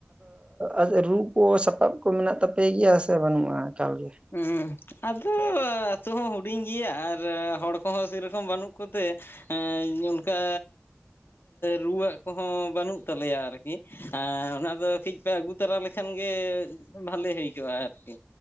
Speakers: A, on the right (about 25°); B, on the left (about 65°).
A: ᱟᱫᱚ ᱨᱩ ᱠᱚ ᱥᱟᱯᱟᱵ ᱠᱚ ᱢᱮᱱᱟᱜ ᱛᱟᱯᱮ ᱜᱮᱭᱟ ᱥᱮ ᱵᱟᱹᱱᱩᱜᱼᱟ ᱮᱠᱟᱞ ᱜᱮ
B: ᱩᱸ ᱟᱫᱚ ᱟᱛᱳ ᱦᱚᱸ ᱦᱩᱰᱤᱧ ᱜᱮᱭᱟ ᱟᱨ ᱦᱚᱲ ᱠᱚᱦᱚᱸ ᱥᱮ ᱨᱚᱠᱚᱢ ᱵᱟᱹᱱᱩᱜ ᱠᱚᱛᱮ ᱦᱮᱸ ᱚᱱᱠᱟ ᱨᱩᱣᱟᱹᱜ ᱠᱚᱦᱚᱸ ᱵᱟᱹᱱᱩᱜ ᱛᱟᱞᱮᱭᱟ ᱟᱨᱠᱤ ᱚᱱᱟ ᱫᱚ ᱠᱟᱹᱴᱤᱡ ᱯᱮ ᱟᱹᱜᱩ ᱛᱚᱨᱟ ᱞᱮᱠᱷᱟᱱ ᱜᱮ ᱵᱷᱟᱞᱮ ᱦᱩᱭ ᱠᱚᱜᱼᱟ ᱟᱨᱠᱤ